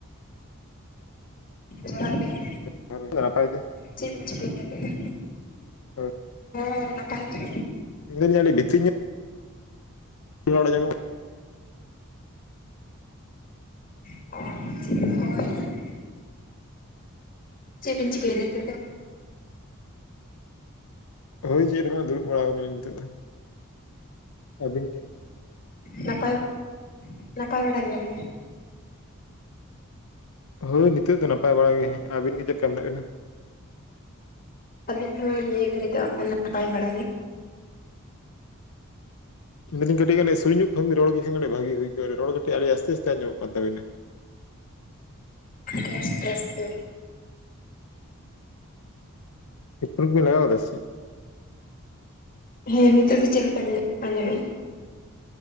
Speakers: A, on the left; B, on the left.
A: <inaudible>
B: <inaudible>
A: ᱪᱮᱫ ᱵᱤᱱ ᱪᱤᱠᱟᱹᱭ ᱫᱟ ᱛᱟᱞᱦᱮ?
B: ᱦᱳᱭ᱾
A: ᱦᱮᱸ ᱱᱟᱯᱟᱭ ᱜᱮ᱾
B: ᱢᱮᱱᱫᱟᱹᱧ ᱟᱰᱤ ᱵᱷᱤᱛᱨ ᱧᱚᱜ᱾ ᱤᱧᱟᱹᱜ ᱨᱚᱲ ᱟᱸᱡᱚᱢᱚᱜ ᱾
A: ᱟᱨ ᱦᱳᱭ᱾ ᱪᱮᱜ ᱵᱤᱱ ᱪᱤᱠᱟᱹᱭᱫᱟ ᱦᱤᱛᱳᱜ ᱫᱚ?
B: ᱦᱳᱭ ᱪᱮᱫ ᱦᱚ ᱵᱟ ᱫᱩᱲᱩᱵ ᱵᱟᱲᱟ ᱠᱟᱱᱟᱞᱤᱧ ᱱᱤᱛᱚᱜ ᱫᱚ ᱟᱵᱤᱱ ᱜᱤ᱾
A: ᱱᱟᱯᱟᱭ ᱱᱟᱯᱟᱭ ᱵᱟᱲᱟ ᱜᱮᱭᱟ ᱵᱤᱱ?
B: ᱦᱳᱭ ᱱᱤᱛᱳᱜ ᱫᱚ ᱱᱟᱯᱟᱭ ᱵᱟᱲᱟᱜ ᱜᱤ ᱦᱮᱸ ᱟᱵᱤᱱ ᱜᱮ ᱪᱮᱫ ᱠᱟ ᱢᱮᱱᱟᱜ ᱵᱤᱱᱟ?
A: ᱟᱞᱤᱧ ᱦᱚᱸ ᱱᱤᱭᱟᱹ ᱜᱷᱟᱹᱲᱤᱡ ᱫᱚ ᱟᱸᱜ ᱠᱷᱟᱱ ᱱᱟᱯᱟᱭ ᱵᱟᱲᱟ ᱜᱮ᱾
B: ᱢᱮᱱᱫᱟᱹᱧ ᱠᱟᱴᱤᱡ ᱜᱟᱱ ᱥᱩᱲᱤ ᱧᱚᱜ ᱠᱷᱚᱱ ᱨᱚᱲᱜᱤ ᱠᱷᱟᱱ ᱠᱟᱴᱤᱜ ᱵᱷᱟᱜᱤ ᱦᱩᱭ ᱠᱚᱜ-ᱟ, ᱨᱚᱲ ᱠᱟᱴᱤᱜ ᱟᱰᱤ ᱟᱥᱛᱮ ᱟᱥᱛᱮ ᱟᱸᱡᱚᱢᱚᱜ ᱠᱟᱱ ᱛᱵᱤᱱᱟ᱾
A: ᱟᱰᱤ ᱟᱥᱛᱮ ᱟᱥᱛᱮ᱾
B: ᱦᱮᱰ ᱯᱷᱳᱱ ᱵᱤᱱ ᱞᱟᱜᱟᱣ ᱠᱟᱫᱟ ᱥᱮ ᱪᱮᱜ?
A: ᱦᱮᱸ, ᱱᱤᱛᱳᱜ ᱫᱚ ᱪᱮᱫ ᱞᱮᱠᱟ ᱵᱤᱱ ᱟᱸᱡᱚᱢᱮᱜ-ᱟ?